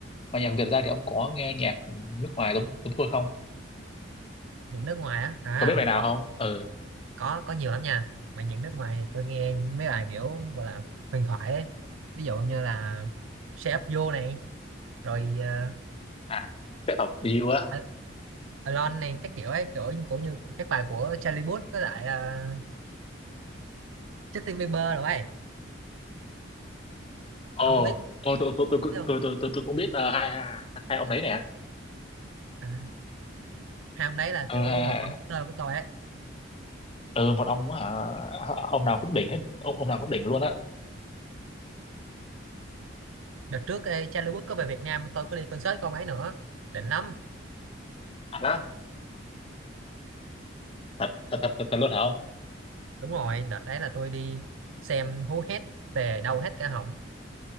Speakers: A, on the left (about 30°); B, on the right (about 85°).
A: ngoài nhạc Việt ra thì ông có nghe nhạc nước ngoài giống chúng tôi không
B: những nước ngoài á à
A: có biết bài nào
B: hồi
A: không ừ
B: có có nhiều lắm nha mà những nước ngoài thì tôi nghe mấy bài kiểu gọi là huyền thoại ấy ví dụ như là Shape Up You này rồi uh,
A: à Step Up You á
B: Al- Alone này các kiểu ấy kiểu như cũng như các bài của Charlie Puth với lại uh, Justin Bieber rồi ấy
A: ồ
B: ông có biết
A: ồ, tôi tôi tôi
B: biết không
A: tôi tôi tôi tôi cũng biết ờ, hai hai hai ông đấy nè
B: à, hai ông đấy là
A: ừ,
B: kiểu
A: hai-
B: một
A: hai-
B: phần của tôi của tôi ấy
A: ừ một ông hả, ông nào cũng đỉnh hết ông ông nào cũng đỉnh luôn á
B: đợt trước ê, Charlie Puth có về Việt Nam tôi có đi concert con ấy nữa đỉnh lắm
A: thật á? thật thật thật thật thật luôn hả
B: đúng rồi đợt đấy là tôi đi xem hú hét về đau hết cả họng